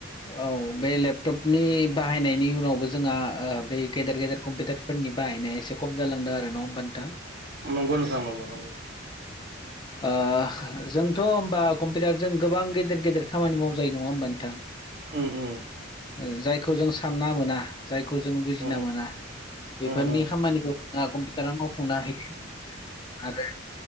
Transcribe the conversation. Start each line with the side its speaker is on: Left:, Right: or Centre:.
Left: औ बे लेपटपनि बाहायनायनि उनावबो जोंहा ओ बे गेदेर गेदेर कम्पिउटारफोरनि बाहायनाय एसे खम जालांदों आरो ना होमबा नोंथां?
Right: नंगौ नोंथां नंगौ नंगौ।
Left: ओ जोंथ' होमबा कम्पिउटारजों गोबां गेदेर गेदेर खामानि मावजायो नङा होमबा नोंथां?
Right: उम उम
Left: ओ जायखौ जों सानना मोना जायखौ जों बुजिना
Right: उम
Left: मोना बेफोरनि
Right: उम उम
Left: खामानिखौ जोंहा कम्पिउटारा मावफुंना होयो। <inaudible> आरो